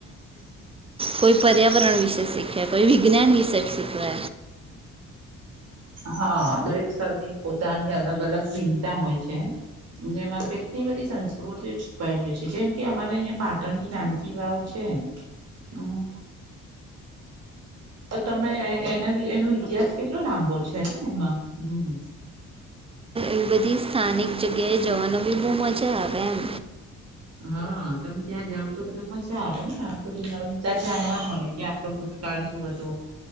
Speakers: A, on the right; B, on the right.
A: કોઈ પર્યાવરણ વિશે શીખે કોઈ વિજ્ઞાન વિશે શીખવે
B: હા દરેક સ્તરની પોતાની અલગ અલગ ભિંતા હોય છે. જેમાં કેટલી બધી સંસ્કૃતિઓ છુપાયેલી છે, જેમ કે અમારે અહિયાં પાટણની રાણકી વાવ છે. હમ. તો તમે એના એનો ઇતિહાસ કેટલો લાંબો છે ને એમાં. હ <inaudible>
A: એ બધી સ્થાનિક જગ્યાએ જવાનો બી બહુ મજા આવે એમ
B: હા તમે ત્યાં જાવ તો કધા મજા આવે ને. નવીનતા જાણવા મળે કે આપડો ભૂતકાળ શું હતો.